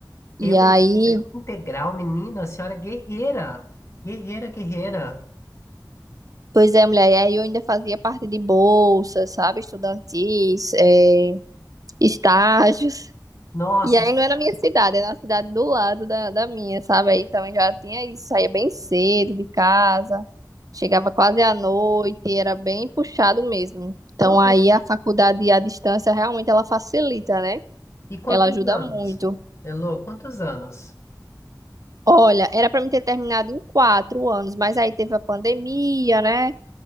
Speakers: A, on the right; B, on the left.
A: E
B: Elo
A: aí
B: integral, menina, a senhora é guerreira. Guerreira, guerreira.
A: Pois é, mulher, e aí eu ainda fazia parte de bolsas, sabe, estudantis, eh, estágios.
B: Nossa,
A: E aí
B: isso-
A: não é na minha cidade, é na cidade do lado da, da minha, sabe? Aí também já tinha isso, saía bem cedo de casa, chegava quase à noite, era bem puxado mesmo. Então
B: Quanto-
A: aí a faculdade à distância realmente ela facilita, né?
B: e quantos
A: Ela ajuda
B: anos?
A: muito.
B: Elo, quantos anos?
A: Olha, era para mim ter terminado em quatro anos, mas aí teve a pandemia, né?